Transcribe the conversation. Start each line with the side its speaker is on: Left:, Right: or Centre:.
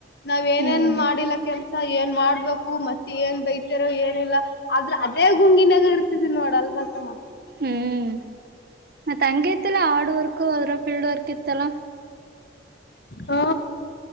Left: ನಾವ್ ಏನೇನ್
Right: ಹ್ಮ್
Left: ಮಾಡಿಲ್ಲ ಕೆಲ್ಸ ಏನ್ ಮಾಡ್ಬೇಕು ಮತ್ತೆ ಏನ್ ಬೈತಾರೋ ಏನಿಲ್ಲ ಆದ್ರ ಅದೇ ಗುಂಗಿನಾಗ ಇರ್ತಿದ ನೋಡಲ್ ಬಸಮ್ಮ
Right: ಹ್ಮ್ ಮ ತಂಗ ಇತಿಲ್ಲ ಹಾರ್ಡ್ ವರ್ಕ್ ಅದ್ರ ಫೀಲ್ಡ್ ವರ್ಕ್ ಇತ್ತಲ್ಲ
Left: ಹ